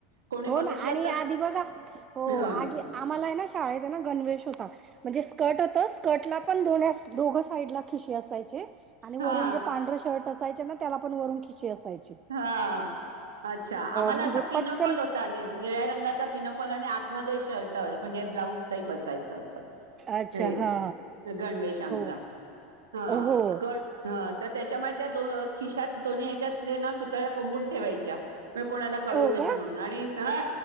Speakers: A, on the right; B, on the right.
A: कोणी
B: हो
A: बघितलं
B: ना आणि
A: तर
B: आधी बघा हो
A: हम्म
B: आगी आम्हाला आहे ना शाळेत आहे, ना गणवेश होता म्हणजे स्कर्ट होत, स्कर्टला पण दोन दोघं साईड ला खिशे असायचे. आणि
A: हा
B: वरून जे पांढर शर्ट असायचे ना त्याला पण वरून खिशे असायचे.
A: हा. अच्छा आम्हाला
B: म्हणजे
A: असा पिनोफॉल
B: पटकन
A: होता नि निळ्या रंगाचा पिनोफॉल आणि आ मधे शर्ट म्हणजे ब्लाऊज टाईप असायचं असं.
B: अच्छा
A: हे
B: हा
A: गणवेश आमचा
B: हो
A: हा
B: हो
A: स्कर्ट. ह त त्याच्या माहित आहे दो खिशात दोन्ही ह्याच्यात सुतळ्या कोंबून ठेवायच्या. हा कोणाला कळू
B: हो
A: नये
B: का
A: म्हणून आणि हा